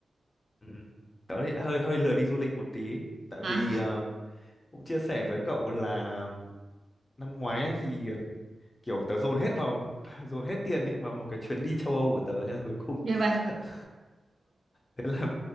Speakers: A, on the left (about 30°); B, on the right (about 55°).
A: ừ, tớ thì hơi hơi lười đi du lịch một tí tại
B: à,
A: vì ờ, cũng chia sẻ với cậu là năm ngoái ấy thì kiểu tớ dồn hết vào <laughs> dồn hết tiền ấy vào một cái chuyến đi châu Âu của tớ thế là cuối cùng
B: <laughs> như vậy
A: <laughs> thế là